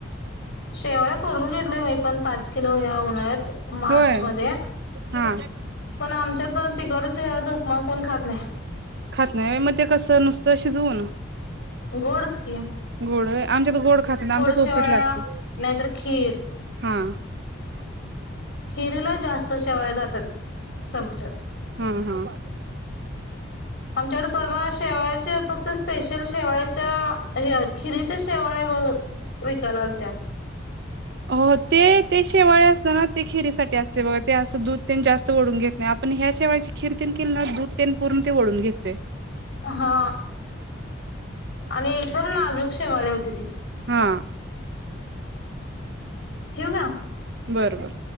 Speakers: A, on the left; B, on the right.
A: शेवला करून घेत मी पण पाच लोह्या उन्हाळ्यात मार्च
B: होय
A: मध्ये
B: हा
A: पण आमच्यात तिकड च्या उपमान कोण खात नाही
B: खात नाही व्हय, मग ते कसं नुसतं शिजवून.
A: गोडच की.
B: गोड व्हय. आमच्यात गोड खात नाही, आमच्यात
A: शेवाळ्या
B: उपीट लागतय
A: नाहीतर खीर
B: हा. हम् <unintelligible>
A: खीर. खिरीला जास्त शेवाया जातात संपतात.
B: हम्, हम.
A: आमच्याकडे परवा शेवया. च्या फक्त स्पेशल शेवाच्या खिरीच्या शेवळ्या मग विकायला आलत्या.
B: हो ते ते शेवाळे असत ना, ते खिरीसाठी असते बघ ते असं दूध तेन जास्त ओढून घेत नाही, आपण ह्या शेवाळची खिर तेन केली ना दूध तेन पूर्ण ते ओढून घेतय.
A: हा आणि एकदम नाजूक शेवाळी होती, ती.
B: हा
A: ठेऊ का.
B: बर, बर.